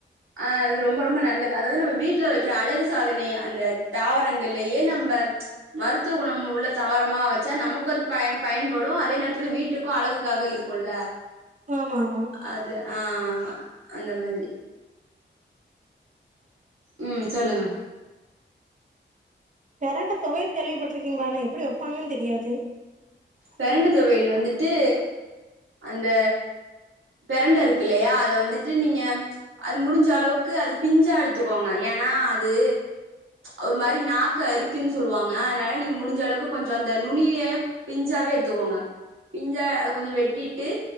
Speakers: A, on the right; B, on the right.
A: ஆ இது ரொம்ப ரொம்ப நல்லது அதாவது நம்ம வீட்ல வக்கிற அழகு சாதனைய அந்த தாவரங்கள்லயே நம்ப மருத்துவ குணம் உள்ள தாவரமா வச்சா நமக்கும் அது பயன் பயன்படும் அதே நேரத்துல வீட்டுக்கும் அழகுக்காக இருக்குல்ல
B: ஆமா ஆமா
A: அது ஆ ஆ அந்த மாதிரி உ சொல்லுங்க
B: பெரண்ட தொவையல் கேள்விப்பட்டிருக்கிங்களா ஆனா எப்டி வெப்பாங்கன்னு தெரியாது
A: பெரண்டு தொவையல் வந்துட்டு அந்த பெரண்ட இருக்கு இல்லையா அத வந்துட்டு நீங்க அது முடிஞ்ச அளவுக்கு அது பிஞ்சா எடுத்துக்கோங்க ஏன்னா அது ஒரு மாரி நாக்க அரிக்குன்னு சொல்லுவாங்க அதனால நீங்க முடிஞ்ச அளவுக்கு கொஞ்ஜோ அந்த நுனிய பிஞ்சாவே எடுத்துக்கோங்க பிஞ்சா அத கொஞ்ஜோ வெட்டிட்டு